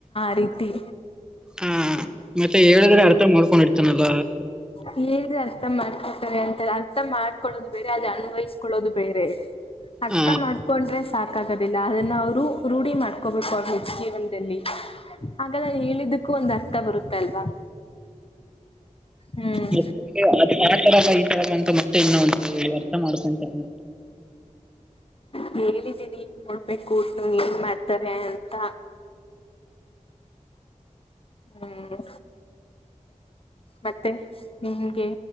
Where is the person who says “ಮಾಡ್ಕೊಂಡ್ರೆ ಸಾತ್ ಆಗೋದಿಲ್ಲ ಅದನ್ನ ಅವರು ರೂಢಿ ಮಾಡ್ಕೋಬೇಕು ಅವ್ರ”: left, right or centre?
Left